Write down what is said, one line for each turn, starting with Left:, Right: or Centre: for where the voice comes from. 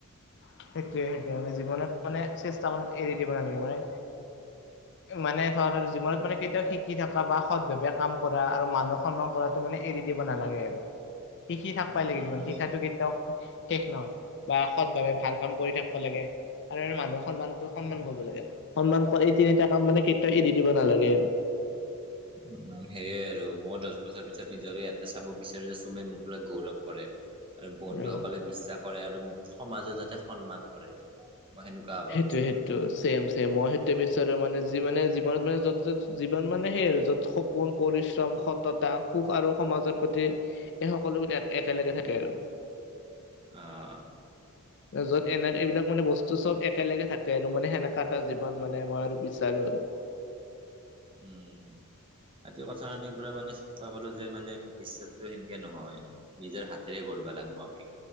Left: সেইটোৱে - সেইটোৱে মানে জীৱনত মানে চেষ্টা কৰাত এৰি দিব নালাগে মানে
Right: <inaudible>
Left: মানে ধৰ জীৱনত মানে কেতিয়াও শিকি থাকা বা সৎভেবে কাম কৰা আৰু মানুহ সন্মান কৰাটো মানে এৰি দিব নালাগে আৰু। শিকি থাক পাই
Right: উম,
Left: লাগে জিমান শিকাটো কেতিয়াও শেষ নহয় বা সৎভাৱে ভাল। কাম কৰি থাকিব লাগে। আৰু মানুহে সন্মানটো সন্মান কৰিব লাগে সন্মান কৰা এই তিনিটা কাম মানে কেতিয়াও এৰি দিব নালাগে আৰু।
Right: উ <inaudible> সেইয়ে আৰু মই দহ বছৰ পিছত নিজকে ইয়াতে চাব বিচাৰো যে তুমে মোক ল গৌৰৱ কৰে। আৰু বন্ধুসকলে
Left: উম
Right: বিশ্বাস কৰে আৰু মোক সমাজো যাতে সন্মান কৰে। মই সেনেকুৱা হবা
Left: সেইটোৱে
Right: খোজো।
Left: সেইটো ছেম - ছেম মই সেইটো বিচাৰো মানে যি মানে ঘৰত মানে যত - যত জীৱন মানে সেই আৰু যত সপোন পৰিশ্ৰম সততা সুখ আৰু সমাজৰ প্ৰতি এই সকলোবিধ একেলগে থাকে আৰু।
Right: অ',
Left: তাৰপিছত এনে এইবিলাক মানে বস্তু চব একেলগে থাকে। কে আৰু মানে সেনেকা এটা জীৱন মানে মই আৰু বিচাৰো আৰু।
Right: উম, আজি কথাখিনি পৰা মানে শিকবা পালো যে মানে ভৱিষ্যতটো সেনেকে নহয় নিজৰ হাতেৰে গড়ে। কৰিব লাগব আমি।